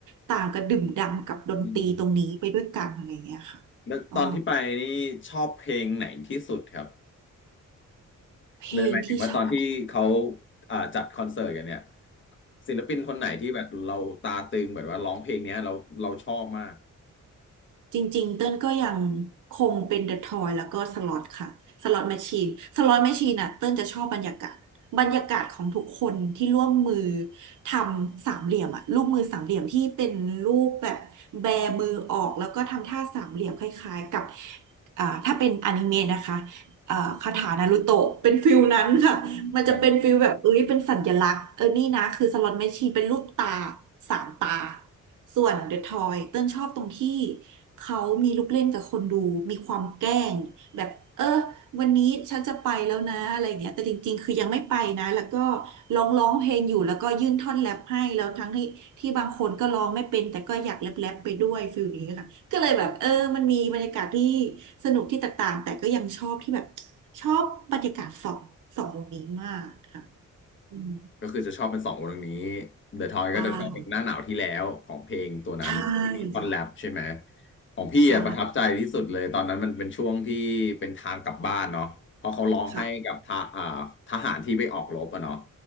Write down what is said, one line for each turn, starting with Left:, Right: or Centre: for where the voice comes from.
Right: ต่างกระดื่มด่ำกับดนตรีตรงนี้ไปด้วยกันอะไรอย่างเงี้ยค่ะ
Left: อืมแล้วตอนที่ไปนี่ชอบเพลงไหนที่สุดครับ
Right: อ๋อเพลงที่ชอบ
Left: ในหมายถึงว่าตอนที่เขาอ่าจัดคอนเสิร์ตกันเนี่ยศิลปินคนไหนที่แบบเราตาตึงแบบว่าร้องเพลงเนี้ยเราเราชอบมาก
Right: จริงๆ เต้นก็ยังคงเป็นเดอะทอยแล้วก็สล็อตค่ะสล็อตแมชชีนสล็อตแมชชีนน่ะเต้นจะชอบบรรยากาศ บรรยากาศของทุกคนที่ร่วมมือทำสามเหลี่ยมอะรูปมือสามเหลี่ยมที่เป็นรูปแบบแบมือออกแล้วก็ทำท่าสามเหลี่ยมคล้ายๆกับอ่าถ้าเป็นอนิเมะนะคะอ่าคาถานารูโตะเป็นฟิลนั้นค่ะมันจะเป็นฟิลแบบเอ้ยเป็นสัญลักษณ์เออนี่นะคือสล็อตแมชชีนเป็นรูปตา
Left: ครับ
Right: สามตา ส่วนเดอะทอยเติ้ลชอบตรงที่เขามีลูกเล่นกับคนดูมีความแกล้งแบบเออวันนี้ฉันจะไปแล้วนะอะไรเงี้ยแต่จริงๆคือยังไม่ไปนะแล้วก็ร้องร้องเพลงอยู่แล้วก็ยื่นท่อนแรปให้แล้วทั้งที่ที่บางคนก็ร้องไม่เป็นแต่ก็อยากแรปแรปไปด้วยฟิลนี้ค่ะก็เลยแบบเออมันมีบรรยากาศที่สนุกที่แตกต่างแต่ก็ยังชอบที่แบบชอบบรรยากาศสองสองวงนี้มากค่ะอืม
Left: ก็คือจะชอบเป็นสองวงนี้ The Toy
Right: ใช่
Left: ก็จะชอบเป็นหน้าหนาวที่แล้วของเพลงตัวนั้นที่มีท่อนแรปใช่ไหม
Right: ใช่ค่ะ
Left: ของพี่อะประทับใจที่สุดเลยตอนนั้นมันเป็นช่วงที่เป็นทางกลับบ้านเนาะเพราะเขาร้องให้กับทหาอ่าทหารที่ไปออกรบอะเนาะ
Right: ใช่ค่ะ